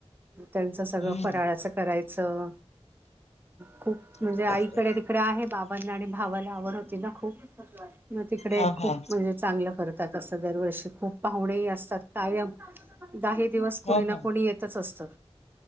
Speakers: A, on the right; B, on the left.
A: त्यांचं सगळं
B: हम्म
A: फराळाचं करायचं खूप म्हणजे
B: अरे
A: आईकडे
B: बापरे
A: तिकडे आहे बाबांना आणि भावाला आवड होती ना खूप म तिकडे
B: हा
A: खूप
B: हा
A: म्हणजे चांगलं करतात असं दरवर्षी खूप पाहुणेही असतात कायम दाही दिवस कुणी
B: हा
A: ना
B: हा.
A: कुणी येतच असतं.